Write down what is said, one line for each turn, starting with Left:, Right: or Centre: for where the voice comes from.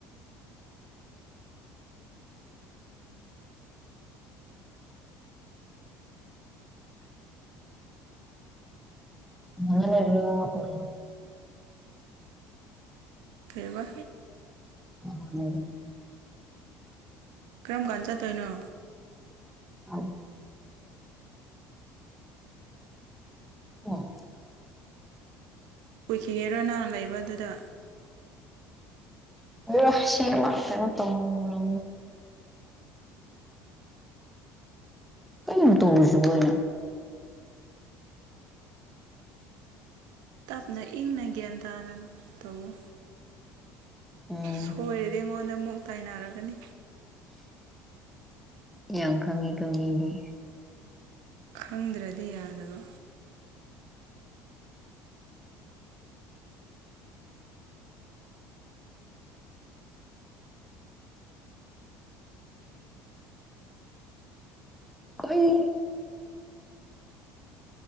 Centre: ꯑꯅꯦꯔ ꯇꯔ
Right: ꯀꯩꯕ
Centre: ꯑꯉ
Right: ꯀ꯭ꯔꯝ ꯈꯟ ꯆ ꯇꯣꯏꯅꯣ
Centre: ꯑ ꯎꯝ
Right: ꯀꯨꯈꯤꯒꯦꯔꯣ ꯅꯍꯪ ꯂꯩꯕꯗꯨꯗ
Centre: ꯎꯝꯁꯤ ꯃꯥ ꯀꯩꯅꯣ ꯇꯣꯡꯉ ꯀ ꯇꯨꯁꯕꯣꯩꯅ
Right: ꯇꯞꯅ ꯏꯪꯅ ꯒ꯭ꯌꯥꯟ ꯇꯥꯅ ꯇꯧꯋꫭ
Centre: ꯎꯝ
Right: ꯁꯣꯏꯔꯗꯤ ꯑꯩꯉꯣꯟꯗ ꯃꯨꯛ ꯇꯥꯏꯅꯔꯛꯀꯅꯤ
Centre: ꯌꯥꯝ ꯈꯪꯉꯤꯀꫭ ꯃꯤꯗꯤ
Right: ꯈꯪꯗ꯭ꯔꯥꯗꯤ ꯌꯥꯗꯕ
Centre: ꯑꯏ <unintelligible>